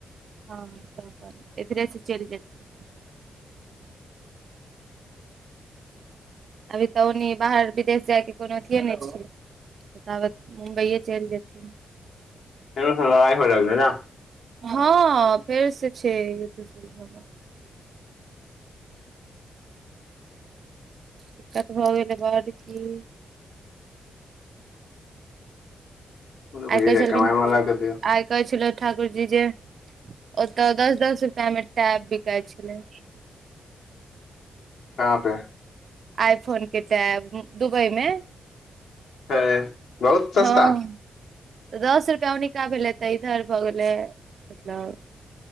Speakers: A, on the right; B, on the left.
A: हँ तऽ इधरे से चैल जथि अभी तऽ ओनी बाहर विदेश जायके कोनो अथिए नै छै। ताबत मुम्बइए चैल जेथिन।
B: <unintelligible>
A: हँ फेर से छै <unintelligible> दिक्कत भऽ गेलै बड की-
B: ने भैये
A: आइ कहै
B: जाय
A: छेलखिन
B: कमाय वाला के दियौ
A: आइ कहै छलथि ठाकुर जी जे- ओतऽ दस दस रुपआ मे टैप बिकाइ छेलै।
B: कहाँ पे?
A: आय फोन के टैब दुबई मे।
B: हैय बहुत सस्ता।
A: हँ दस रुपया ओनिका भेल हेतै इधर भऽ गेलै मतलब-